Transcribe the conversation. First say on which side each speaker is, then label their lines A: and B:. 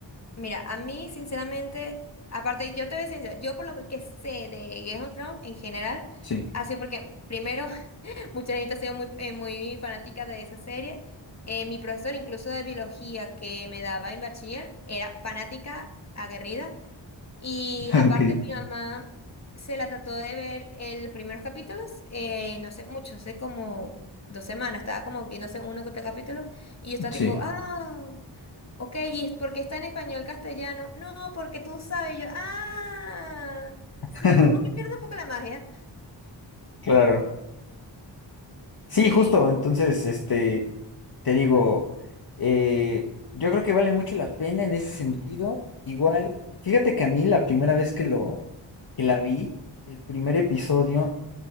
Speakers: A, on the left; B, on the left.
A: Mira, a mí, sinceramente, aparte, yo te voy a decir, yo por lo que sé de Game of Thrones en general,
B: Sí.
A: así porque primero <laughs> Mucha gente ha sido muy, eh, muy fanática de esa serie. Eh, mi profesor, incluso de biología, que me daba en bachiller, era fanática, aguerrida. Y
B: <laughs>
A: aparte,
B: Ok,
A: mi mamá se la trató de ver en los primeros capítulos, eh, no sé mucho, hace como dos semanas, estaba como no sé, uno que otro capítulo. Y yo estaba
B: sí.
A: tipo, ah, ok, ¿y es porque está en español castellano? No, porque tú sabes. Y yo, ah,
B: <laughs>
A: sí, como que pierdo un poco la magia.
B: Claro. Sí,
A: Y,
B: justo. Entonces, este, te digo,
A: ujú,
B: eh, yo creo que vale mucho la pena en ese sentido. Igual, fíjate que a mí la primera vez que lo, que la vi, el primer episodio